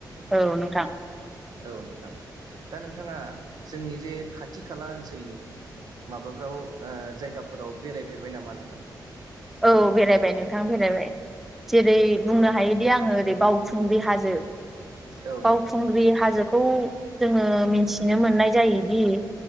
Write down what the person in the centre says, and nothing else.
औ नोंथां
औ बेरायबाय नोंथां बेरायबाय जेरै बुंनो
हायोदि आङो ओरै बावखुंग्रि हाजो
बावखुंग्रि
हाजो खौ जोङो मिन्थिनो मोननाय जायोदि